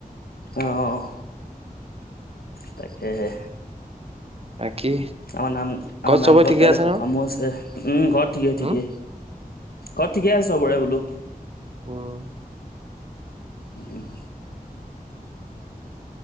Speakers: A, on the left (about 80°); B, on the right (about 40°).
A: অ', তাকেহে।
B: বাকী
A: আমাৰ নাম
B: ঘৰত
A: আমাৰ নামঘৰত
B: চবৰে ঠিকে
A: কাইলৈ
B: আছে
A: সকামো
B: নহয়
A: আছে উম ঘৰত ঠিকেই ঠিকেই।
B: উম
A: অ ঠিকে আছে চবৰেৰে বোলো।
B: উম
A: ওম।